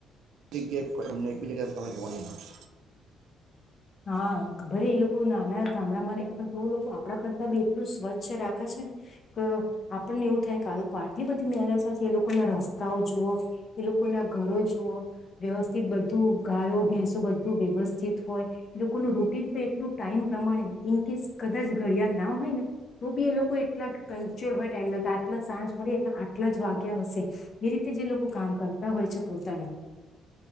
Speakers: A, on the right; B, on the left.
A: એકિક ગે એક કર મને એકબજ તમા જુવાની માસ
B: હા ભરે એ લોકો નાના ગામડામાં રહે પણ તો લોકો આપણા કરતા બી એટલું સ્વચ્છ રાખે છે ને કે આપણને એવું થાય કે આ લોકો આટલી બધી મરસ છે એ લોકો ના રસ્તાઓ જુઓ એ લોકોના ઘરો જુવઓ વ્યવસ્થિત બધું ગાયો ભેંસો બધું વ્યવસ્થિત હોય. લોકોનું રૂટીન પણ એટલું ટાઈમ પ્રમાણે ઇન કેસ કદાચ ઘડિયાળ ના હોય ને તો બી એ લોકો એટલા કંચર હોય ટાઈમ ના કે આટલા સાંજ મળી એલે આટલા જ વાગ્યા હશે એ રીતે જે લોકો કામ કરતા હોય છે. પોતાના